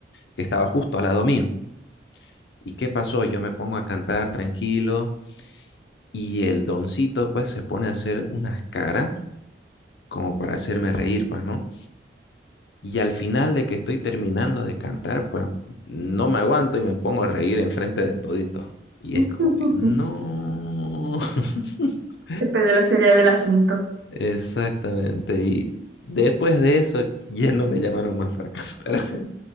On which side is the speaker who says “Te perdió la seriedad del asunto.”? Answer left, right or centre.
Right